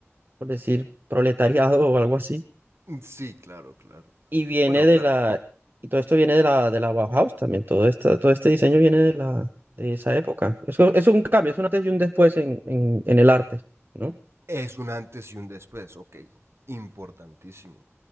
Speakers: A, on the right; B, on the right.
A: por decir, proletariado o algo así
B: Sí, claro, claro.
A: y viene
B: Bueno,
A: de
B: claro,
A: la, y todo esto viene de la, de la Bauhaus también, todo esto, todo este diseño viene de la, de esa época. Es, un- es un cambio, es un antes y un después en, en, en el arte, ¿no?
B: es un antes y un después, ok. Importantísimo.